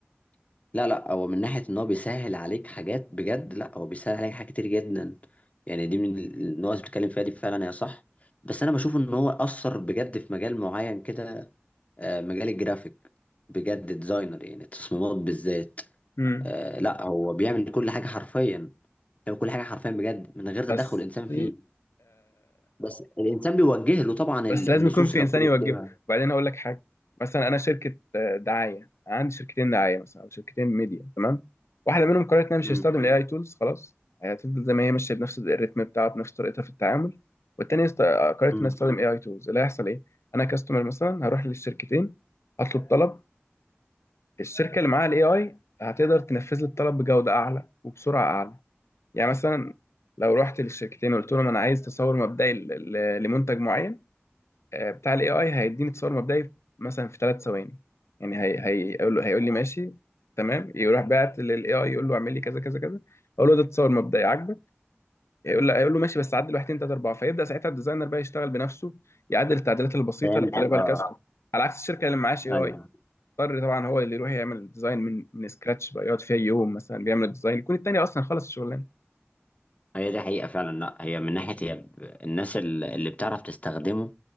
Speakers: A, on the left; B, on the left.
A: لا لا هو من ناحية ان هو بيسهل عليك حاجات بجد لا هو بيسهل عليك حاجات كتير جدا يعني دي من النقط اللي بتتكلم فيها دي فعلا هي صح بس انا بشوف ان هو اثر بجد في مجال معين كده آه، مجال الجرافيك بجد ديزاينر يعني التصميمات بالذات
B: امم
A: آه، لا هو بيعمل كل حاجة حرفيا هو كل حاجة حرفيا بجد من غير تدخل
B: بس
A: الانسان
B: دي
A: فيه بس الانسان بيوجه له طبعا
B: بس
A: ال-
B: لازم
A: النصوص
B: يكون في
A: اللي
B: انسان
A: المفروض
B: يوجهه
A: يكتبها
B: وبعدين هقول لك حاجه مثلا انا شركه آه، دعايه عندي شركتين دعايه مثلا او شركتين ميديا تمام واحده منهم قررت انها مش
A: امم
B: هتستخدم الاي اي تولز خلاص هتفضل زي ما هي ماشيه بنفس الريتم بتاعها بنفس طريقتها في التعامل والتانيه است- آه، قررت
A: امم
B: انها تستخدم اي اي تولز اللي هيحصل ايه انا كاستمر مثلا هروح للشركتين هطلب طلب الشركه اللي معاها الاي اي هتقدر تنفذ لي الطلب بجوده اعلى وبسرعه اعلى يعني مثلا لو رحت للشركتين وقلت لهم انا عايز تصور مبدئي ل- ل- لمنتج معين آه، بتاع الاي اي هيديني تصور مبدئي مثلا في ثلاث ثواني يعني هي هيقول له هيقول لي ماشي تمام يروح بعت للاي اي يقول له اعمل لي كذا كذا كذا اقول له ده تصور مبدئي عاجبك هيقول له هيقول له ماشي بس عدل واحد ثلاثه اربعه فيبدا ساعتها الديزاينر بقى يشتغل بنفسه يعدل التعديلات البسيطه
A: فهمتك
B: اللي بيطلبها
A: اه
B: الكاستمر على عكس الشركه اللي معهاش اي
A: آه،
B: اي
A: ايوه
B: اضطر طبعا هو اللي يروح يعمل الديزاين من من سكراتش بقى يقعد فيها يوم مثلا بيعمل الديزاين يكون التاني اصلا خلص الشغلانه
A: هي دي حقيقة فعلا لا هي من ناحية هي ب- الناس ال- اللي بتعرف تستخدمه